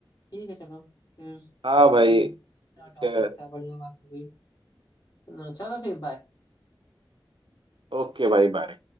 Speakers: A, on the left; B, on the right.
A: ठीक है चलो फिर
B: हाँ
A: बात
B: भाई
A: करी अच्छा
B: ठीक
A: टॉपिक
B: है
A: था बढ़िया बात हो गई है ना चलो फिर बाय
B: ओके भाई बाय